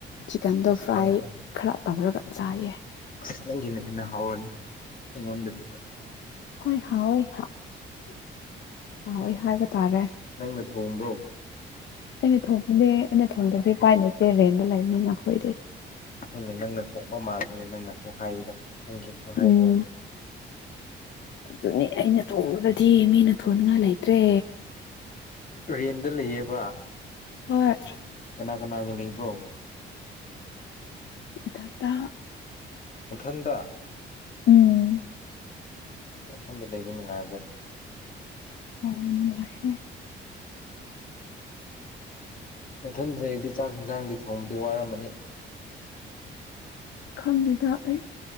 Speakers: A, on the left; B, on the left.
A: ꯆꯤꯛꯀꯟꯗꯣ
B: ꯑꯁ
A: ꯐ꯭ꯔꯥꯏ
B: ꯀꯥꯡꯁꯣꯏ
A: ꯈꯔ ꯇꯧꯔꯒ ꯆꯥꯏꯌꯦ
B: ꯑꯁ ꯅꯪꯒꯤꯅ ꯍꯦꯟꯅ ꯍꯥꯎꯔꯅꯤ ꯑꯩꯉꯣꯟꯗꯒꯤ
A: ꯍꯣꯏ ꯍꯥꯎꯋꯦ ꯍꯥꯎꯋꯦ ꯍꯥꯏꯕ ꯇꯥꯔꯦ
B: ꯅꯪꯅ ꯊꯣꯡꯗ꯭ꯔꯣ
A: ꯑꯩꯅ ꯊꯣꯡꯕꯗꯤ ꯑꯩꯅ ꯊꯣꯡꯗ꯭ꯔꯕꯗꯤ ꯏꯄꯥꯏ ꯂꯩꯇꯦ ꯔꯦꯟꯗ ꯂꯩꯕꯅꯤꯅ ꯑꯈꯣꯏꯗꯤ
B: ꯍꯣꯏꯅꯦ ꯅꯪꯅ ꯊꯣꯡꯕ ꯃꯥꯜꯂꯦꯅꯦ ꯅꯪꯅ ꯈꯨꯍꯥꯏꯗꯣ ꯅꯪꯒꯤ ꯈꯨꯍꯥꯏ
A: ꯎꯝ
B: ꯃꯑꯣꯡꯗꯣ
A: ꯑꯗꯨꯅꯤ ꯑꯩꯅ ꯊꯣꯡꯕꯗꯗꯤ ꯃꯤꯅ ꯊꯣꯡꯅꯤꯡꯉꯥꯏ ꯂꯩꯇ꯭ꯔꯦ
B: ꯔꯦꯟꯗ ꯂꯩꯌꯦꯕ
A: ꯍꯣꯏ
B: ꯀꯅꯥ ꯀꯅꯥꯒ ꯂꯩꯕ꯭ꯔꯣ
A: ꯏꯊꯟꯗ
B: ꯅꯊꯟꯗ
A: ꯎꯝ
B: ꯅꯊꯟꯗ ꯂꯩꯕ ꯅꯨꯡꯉꯥꯏꯕ꯭ꯔꯣꯅꯦ
A: ꯍꯣꯏ ꯅꯨꯡꯉꯥꯏ ꯍꯦ
B: ꯅꯊꯟꯗꯩꯗꯤ ꯆꯥꯛ ꯏꯟꯁꯥꯡꯗꯤ ꯊꯣꯡꯕꯗꯤ ꯋꯥꯔꯝꯃꯅꯤ
A: ꯈꯪꯗꯦꯗ ꯑꯩ